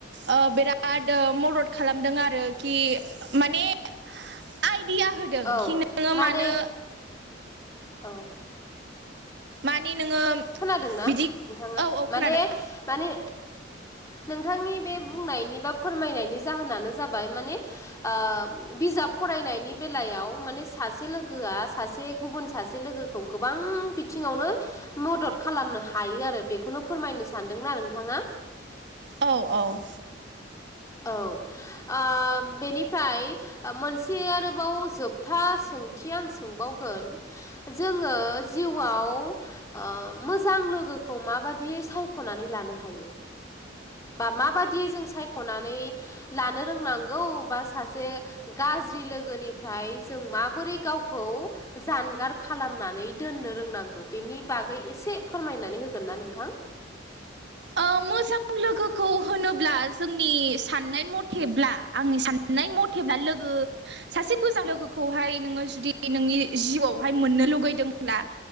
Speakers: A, on the right (about 60°); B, on the left (about 15°).
A: ओ बिराद बिराद मदद खालामदों आरोखि माने आइदिया होदों
B: औ
A: खि नोङो
B: माने
A: मानो
B: औ
A: माने नोङो
B: खोनादोंना
A: बिदि
B: नोंथाङा
A: औ औ
B: माने
A: खोनादों
B: माने नोंथांनि बे बुंनायनि बा फोरमायनायनि जाहोनानो जाबाय माने ओ बिजाब फरायनायनि बेलायाव माने सासे लोगोआ सासे गुबुन सासे लोगोखौ गोबां बिथिङावनो मदद खालामनो हायो आरो बेखौनो फोरमायनो सानदोंना नोंथाङा?
A: औ औ
B: औ ओ बेनिफ्राय ओ मोनसे आरोबाव जोबथा सोंथि आं सोंबावगोन जोङो जिउआव ओ मोजां लोगोखौ माबादियै सायख'नानै लानो हायो? बा माबादि जों सायख'नानै लानो रोंनांगौ बा सासे गाज्रि लोगोनिफ्राय जों माबोरै गावखौ जानगार खालामनानै दोननो रोंनांगौ बेनि बागै एसे फोरमायनानै होगोन ना नोंथां?
A: ओ मोजां लोगोखौ होनोब्ला जोंनि साननाय मथेब्ला आंनि सान नाय मथेल्बा लोगो सासे मोजां लोगोखौहाय नोंङो जुदि नोंनि जिउआवहाय मोननो लुगैदोंब्ला